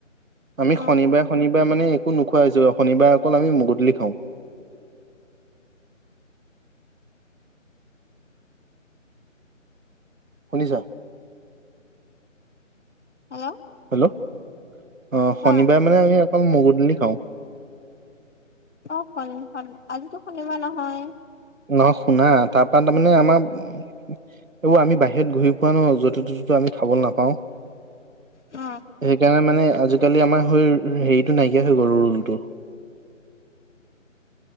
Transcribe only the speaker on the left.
অ
হেল্ল',
কোৱা
অ, শনি-শনি আজিতো শনিবাৰ নহয়?
অ